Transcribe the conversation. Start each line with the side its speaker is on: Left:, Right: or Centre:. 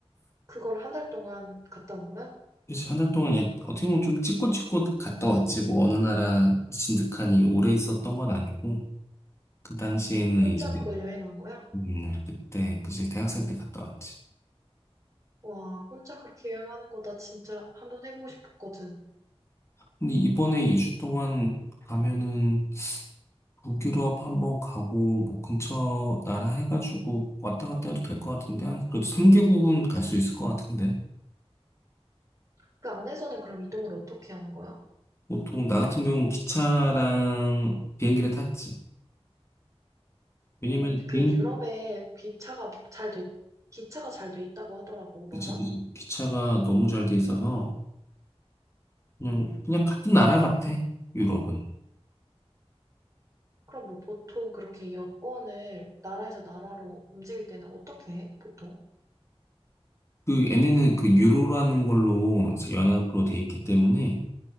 Right: 그걸 한 달 동안 갔다 온 거야?
Left: 그래서 한 달 동안 그냥 어떻게 보면 좀 찍고찍고 갔다 왔지. 뭐 어느 나라 진득하니 오래 있었던 건 아니고 그 당시에는
Right: 혼자
Left: 이제
Right: 그걸 여행한 거야?
Left: 음, 그때 그치 대학생 때 갔다 왔지.
Right: 와, 혼자 그렇게 여행하는 거 나 진짜 한번 해보고 싶었거든.
Left: 근데 이번에 2주 동안 가면은 북유럽 한번 가고 뭐 근처 나라 해가지고 왔다 갔다 해도 될 것 같은데 한 그래도 3개국은 갈 수 있을 것 같은데
Right: 그 안에서는 그럼 이동을 어떻게 하는 거야?
Left: 보통 나 같은 경우는 기차랑 비행기를 탔지 왜냐면
Right: 음, 그
Left: 비행
Right: 유럽에 기차가 잘 돼, 기차가 잘 돼 있다고 하더라고. 맞아?
Left: 그치 그치 기차가 너무 잘 돼 있어서 그냥 그냥 같은 나라 같아 유럽은
Right: 그럼 뭐 보통 그렇게 여권을 나라에서 나라로 움직일 때는 어떻게 해? 보통?
Left: 그 얘네는 그 유로라는 걸로 이제 연합으로 돼 있기 때문에